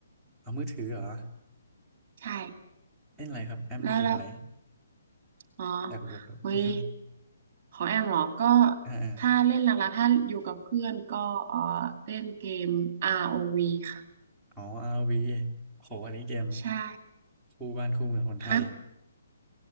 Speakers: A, in the centre; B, on the right.
A: เอามือถือเหรอ
B: ใช่
A: เล่นอะไรครับแอมเล่นเกมอะไร
B: แล้วแล้วอ๋อ
A: อยากรู้อยากรู้อือฮึ
B: เฮ้ยของแอมเหรอก็
A: อ่าอา
B: ถ้าเล่นหลักๆถ้าอยู่กับเพื่อนก็เออเล่นเกม ROV ค่ะ
A: อ๋อ r โหอันนี้เกม
B: ใช่
A: คู่บ้านคู่เมืองคนไทย
B: ฮะ